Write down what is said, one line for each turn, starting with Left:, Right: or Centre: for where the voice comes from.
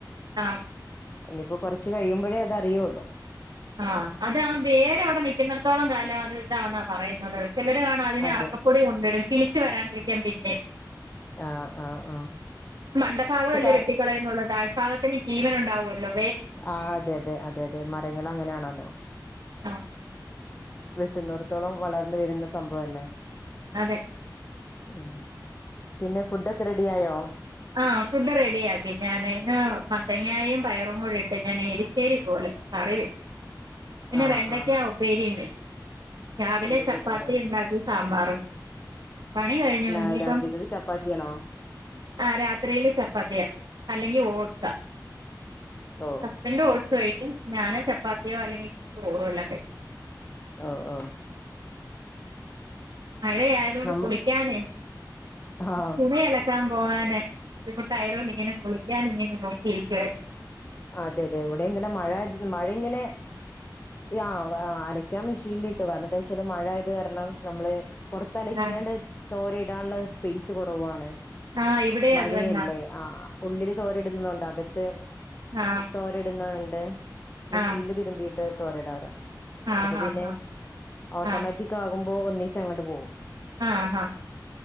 Right: ആഹ്
Left: ഇനിപ്പൊ കുറച്ച് കഴിയുമ്പോഴേ അതറിയൂള്ളൂ.
Right: ആഹ്, അതാ ബേര് അവിടെ നിക്കുന്നിടത്തോളം കാലം അത് ഇതാന്നാ പറയുന്നത്? ചിലര് കാണാ അതിന്
Left: അതെ
Right: അറക്കപ്പൊടി കൊണ്ടടും കിളിച്ച് വരാണ്ടിരിക്കാം പിന്നെ.
Left: ആഹ് ആഹ് ആഹ്.
Right: മണ്ടഫാഗംല്ലേ
Left: ഇപ്പൊ ത
Right: വെട്ടിക്കളയന്നുള്ളു, താഴ്ഭാഗത്തിന് ജീവനുണ്ടാവുവല്ലോ?
Left: ആഹ്, അതെ അതെ അതെ അതെ, മരങ്ങൾ അങ്ങനെയാണല്ലോ.
Right: ആഹ്
Left: വെട്ടുന്നോർത്തോളം വളർന്ന് വരുന്ന സംഭവല്ലേ?
Right: അതെ.
Left: ഉം. പിന്നെ ഫുഡൊക്കെ റെഡി ആയോ?
Right: ആഹ് ഫുഡ് റെഡിയാക്കി ഞാന് ഇന്ന് മത്തങ്ങായും പയറും കൂടിയിട്ട് ഞാൻ എരിശ്ശേരി പോലെ. കറി വെച്ച്, പിന്നെ
Left: ആഹ്
Right: വെണ്ടക്കാ
Left: ആഹ്
Right: ഉപ്പേരിണ്ട്. രാവിലെ
Left: വെണ്ടയ്ക്ക
Right: ചപ്പാത്തി
Left: ഉപ്പേരിയോ
Right: ഇണ്ടാക്കി സാമ്പാറും. പണി കഴിഞ്ഞു.
Left: പിന്നെ
Right: ഇനിയിപ്പം
Left: രാത്രിക്ക് ചപ്പാത്തിയാണോ
Right: ആഹ്, രാത്രിയില് ചപ്പാത്തിയ, അല്ലെങ്കി ഓട്സ.
Left: ഓ
Right: പിന്നെ ഓഡ്സ് കഴിക്കും, ഞാന് ചപ്പാത്തിയോ അല്ലെങ്കിൽ ചോറോ, വല്ലോം കഴിച്ചും.
Left: ഓ ഓഹ്
Right: മഴയായത് കൊണ്ട്
Left: നമ്മ
Right: കുളിക്കാനെ,
Left: ആഹ്
Right: തുണി അലക്കാൻ പോകാന്... ബുദ്ധിമുട്ടായതോണ്ട്ങ്ങനെ കുളിക്കാനിങ്ങനെ നോക്കിയിരിക്കായിരുന്നു.
Left: അതെ അതെ, ഇവിടെ ഇന്നലെ മഴായിരുന്നു, മഴ ഇങ്ങനെ... യാ വ. അലക്ക്യാൻ മെഷീനിലിട്ടു കാരണംന്താ ച്ചാല് മഴായത് കാരണം നമ്മള് പൊറത്തലക്കിയാണ്ട്
Right: ആഹ്
Left: തോരയിടാനുള്ള സ്പേസ് കൊറവാണ്
Right: ആഹ് ഇവിടെ
Left: മഴയല്ലേ
Right: അത് തന്നാ
Left: ആഹ് ഉള്ളില് തോരിടുന്നതൊണ്ട് അകത്ത്
Right: ആഹ്
Left: തോരഇടുന്നുണ്ട് മെഷീൻല്
Right: ആഹ്
Left: തിരുമ്പീയിട്ട് തോരടാറാ
Right: ആഹ്
Left: അപ്പൊ
Right: ആഹ്
Left: പിന്നെ ഓട്ടോമാറ്റിക്കാകുമ്പോ
Right: ആഹ്
Left: ഒന്നിച്ചങ്ങട്ട് പോവും
Right: ആ ഹാ